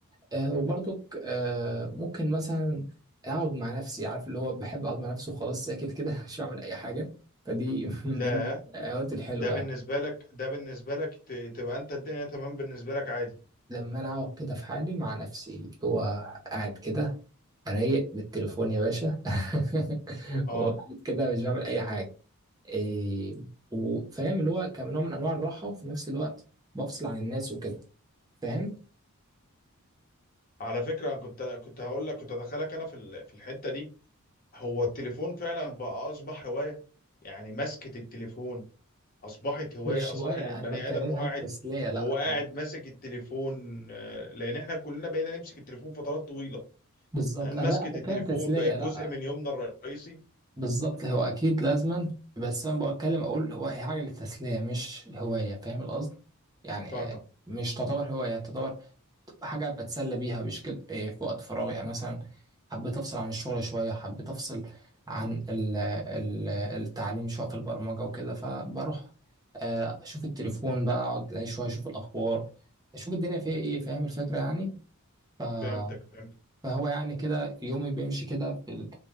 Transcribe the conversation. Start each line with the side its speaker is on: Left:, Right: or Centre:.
Right: آه وبرضك آه ممكن مثلا اقعد مع نفسي عارف اللي هو بحب اقعد مع نفسي وخلاص ساكت كده <laughs> مش بعمل اي حاجه فدي <laughs> من
Left: لا
Right: ضمن الاوقات الحلوه
Left: ده بالنسبة
Right: يعني
Left: لك ده بالنسبة لك ت- تبقى انت الدنيا تمام بالنسبة لك عادي
Right: لما انا اقعد كده في حالي مع نفسي اللي هو قاعد كده رايق بالتليفون يا باشا <laughs>
Left: اه
Right: وقاعد كده مش بعمل اي حاجه إيه وفاهم اللي هو كنوع من انواع الراحه وفي نفس الوقت بفصل عن الناس وكده فاهم
Left: على فكرة انا كنت كنت هقول لك كنت ادخلك انا في ال- في الحتة دي هو التليفون فعلا بقى اصبح هواية يعني مسكة التليفون اصبحت هواية
Right: مش
Left: اصبح
Right: هوايه
Left: ان
Right: انا
Left: البني
Right: بتكلمها
Left: ادم هو قاعد
Right: تسليه لا
Left: وهو قاعد ماسك التليفون آه، لان احنا كلنا بقينا نمسك التليفون فترات طويلة
Right: بالظبط
Left: هل
Right: انا
Left: مسكة
Right: بتكلم
Left: التليفون
Right: تسليه
Left: بقت جزء
Right: لا
Left: من يومنا الرئيسي
Right: بالظبط هو اكيد لازما بس انا بتكلم اقول هو هي حاجه للتسليه مش هوايه فاهم القصد يعني
Left: فاهمك
Right: آه، مش تعتبر هوايه تعتبر حاجه بتسلى بيها مش كده آه، في وقت فراغي يعني مثلا حبيت افصل عن الشغل شويه حبيت افصل عن ال- ال- التعليم شويه في البرمجه وكده فبروح آه، اشوف التليفون بقى اقعد اعيش شويه اشوف الاخبار اشوف الدنيا فيها ايه فاهم الفكره يعني
Left: فهمتك فهمتك
Right: فهو يعني كده يومي بيمشي كده في ال...